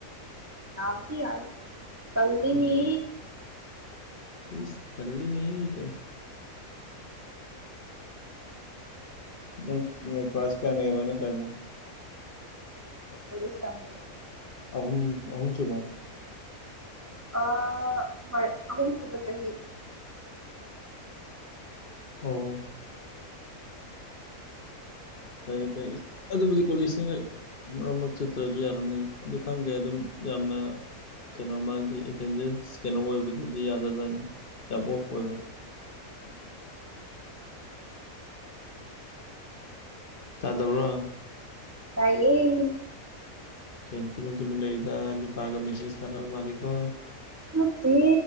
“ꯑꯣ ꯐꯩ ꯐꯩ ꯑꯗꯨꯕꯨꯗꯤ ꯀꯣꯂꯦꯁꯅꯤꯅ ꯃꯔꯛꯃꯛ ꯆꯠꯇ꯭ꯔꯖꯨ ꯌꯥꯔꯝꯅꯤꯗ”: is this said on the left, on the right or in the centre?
Left